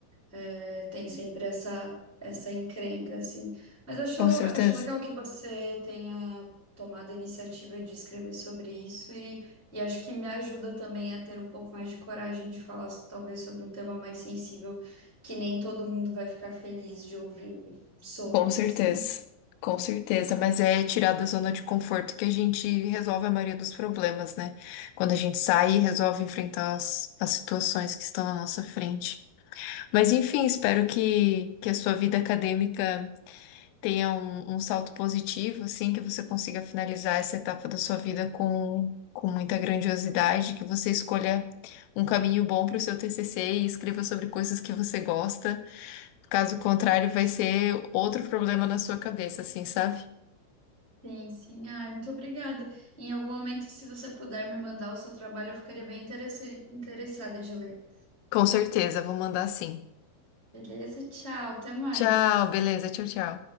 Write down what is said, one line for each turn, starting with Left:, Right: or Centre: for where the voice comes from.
Centre: É, tem sempre essa essa encrenca, assim. Mas acho,
Left: Com certeza.
Centre: acho legal que você tenha tomado a iniciativa de escrever sobre isso e, e acho que me ajuda também a ter um pouco mais de coragem de falar, so, talvez, sobre um tema mais sensível que nem todo mundo vai ficar feliz de ouvir sobre,
Left: Com certeza,
Centre: assim.
Left: com certeza, mas é tirar da zona de conforto que a gente resolve a maioria dos problemas, né? Quando a gente sai e resolve enfrentar as, as situações que estão à nossa frente. Mas enfim, espero que, que a sua vida acadêmica tenha um, um salto positivo, assim, que você consiga finalizar essa etapa da sua vida com, com muita grandiosidade, que você escolha um caminho bom para o seu TCC e escreva sobre coisas que você gosta. Caso contrário, vai ser outro problema na sua cabeça, assim, sabe?
Centre: Sim, sim. Ai, muito obrigada. Em algum momento, se você puder me mandar o seu trabalho, eu ficaria bem interessa- interessada de ler.
Left: Com certeza, vou mandar sim.
Centre: Beleza? Tchau, até mais.
Left: Tchau, beleza, tchau, tchau.